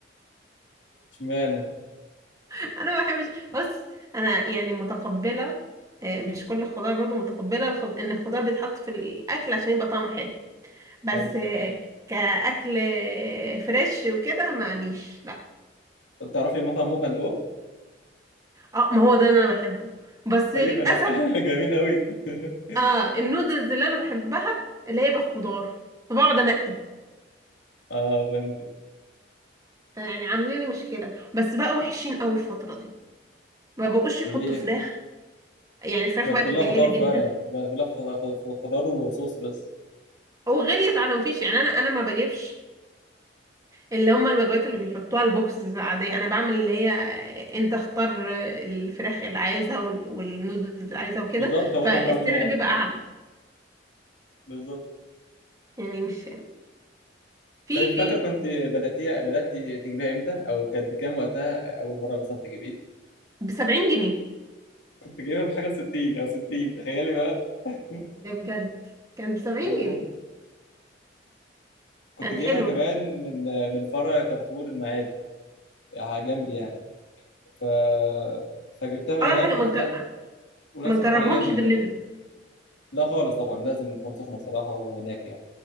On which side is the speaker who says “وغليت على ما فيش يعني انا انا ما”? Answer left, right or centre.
Right